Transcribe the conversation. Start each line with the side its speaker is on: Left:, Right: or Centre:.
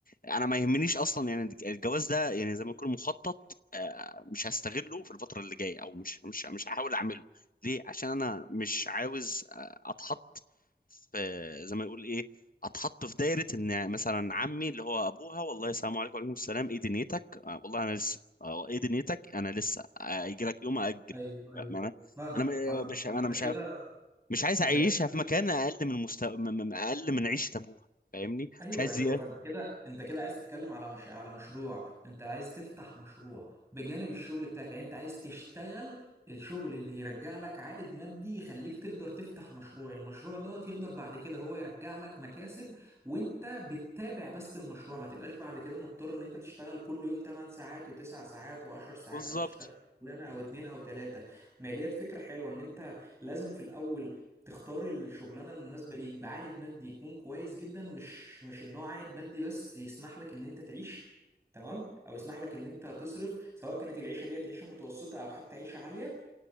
Left: انا ما يهمنيش اصلا يعني الجواز ده يعني زي ما يكون مخطط آه، مش هستغله في الفتره اللي جايه او مش مش مش هحاول اعمله ليه عشان انا مش عاوز آه، اتحط في زي ما يقول ايه اتحط في دايره ان مثلا عمي اللي هو ابوها والله السلام عليكم وعليكم السلام ايه دنيتك آه، والله انا لسه آه، ايه دنيتك انا لسه آه، هيجي لك يوم اجل
Right: ايوه ايوه
Left: ما انا
Right: فاهم
Left: انا م-
Right: فاهم
Left: مش
Right: ما
Left: انا
Right: انت
Left: مش
Right: كده
Left: عاو- مش عايز
Right: انت
Left: اعيشها
Right: كده
Left: في مكان اقل من مستوى اقل من عيشه ابوها فاهمني
Right: ايوه
Left: مش عايز
Right: ايوه
Left: زياده
Right: فانت كده انت كده عايز تتكلم على مش... على مشروع انت عايز تفتح مشروع بجانب الشغل بتاعك يعني انت عايز تشتغل الشغل اللي يرجع لك عائد مادي يخليك تقدر تفتح مشروع المشروع دوت يقدر بعد كده هو يرجع لك مكاسب وانت بتتابع بس المشروع ما تبقاش بعد كده مضطر ان انت تشتغل كل يوم 8 ساعات و9 ساعات و10 ساعات
Left: بالظبط
Right: او تشتغل شغلانه او اتنين او تلاته ما هي ديت فكره حلوه ان انت لازم في الاول تختار الشغلانة المناسبة ليك بعائد مادي يكون كويس جدا مش مش ان هو عائد مادي بس يسمح لك ان انت تعيش تمام او يسمح لك ان انت تصرف سواء كانت العيشة ديت عيشة متوسطة او حتى عيشة عالية